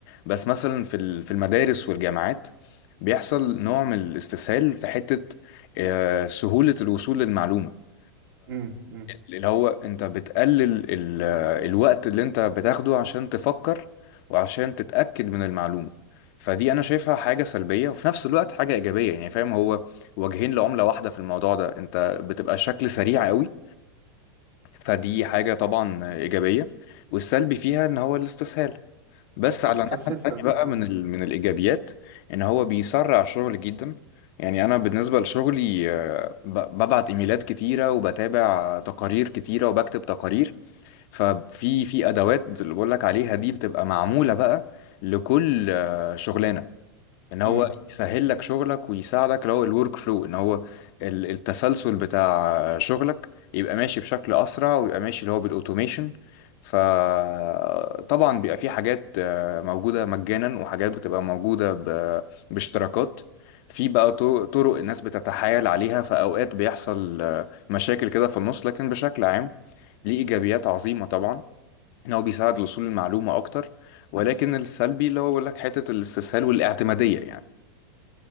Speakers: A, on the left; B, on the right.
A: بس مثلا في ال- في المدارس والجامعات بيحصل نوع من الاستسهال في حته آه، سهوله الوصول للمعلومه
B: مم. مم.
A: اللي هو انت بتقلل ال- الوقت اللي انت بتاخده عشان تفكر وعشان تتأكد من المعلومة فدي انا شايفها حاجة سلبية وفي نفس الوقت حاجة ايجابية يعني فاهم هو وجهين لعملة واحدة في الموضوع ده انت بتبقى شكل سريع قوي فدي حاجة طبعا ايجابية والسلبي فيها ان هو الاستسهال بس
B: بس
A: على
B: مستسهل
A: الناحية التانية
B: ف
A: بقى
B: مم.
A: من ال... من الإيجابيات إن هو بيسرع شغل جدا يعني أنا بالنسبة لشغلي آه، ب... ببعت إيميلات كتيرة وبتابع تقارير كتيرة وبكتب تقارير ففي في أدوات اللي بقول لك عليها دي بتبقى معمولة بقى لكل آه، شغلانة ان هو
B: مم.
A: يسهل لك شغلك ويساعدك اللي هو الورك فلو ان هو ال- التسلسل بتاع شغلك يبقى ماشي بشكل اسرع ويبقى ماشي اللي هو بالاوتوميشن فطبعا بيبقى في حاجات آه، موجودة مجانا وحاجات بتبقى موجودة ب- باشتراكات في بقى طو- طرق الناس بتتحايل عليها فأوقات بيحصل آه، مشاكل كده في النص لكن بشكل عام ليه إيجابيات عظيمة طبعا إن هو بيساعد لوصول المعلومة أكتر ولكن السلبي اللي هو بيقول لك حتة الاستسهال والاعتمادية يعني